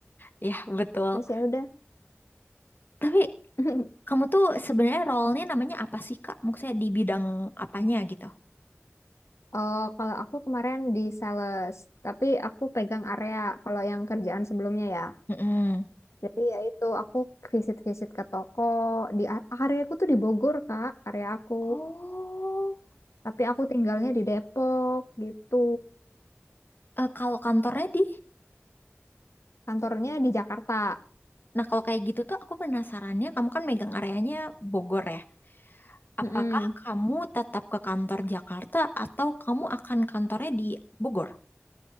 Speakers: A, on the left; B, on the left.
A: Ya, betul.
B: Terus ya udah.
A: Tapi
B: <laughs>
A: kamu tuh sebenarnya role-nya namanya apa sih, Kak? Maksudnya di bidang apanya gitu?
B: Oh, kalau aku kemarin di sales, tapi aku pegang area kalau yang kerjaan sebelumnya ya.
A: Mm-mm.
B: Jadi ya itu aku visit-visit ke toko di a- area aku tuh di Bogor, Kak, area aku.
A: Oh,
B: Tapi aku tinggalnya di Depok gitu.
A: eh, kalau kantornya di?
B: Kantornya di Jakarta.
A: Nah, kalau kayak gitu tuh aku penasarannya, kamu kan megang areanya Bogor ya.
B: Mm-mm.
A: Apakah kamu tetap ke kantor Jakarta atau kamu akan kantornya di Bogor?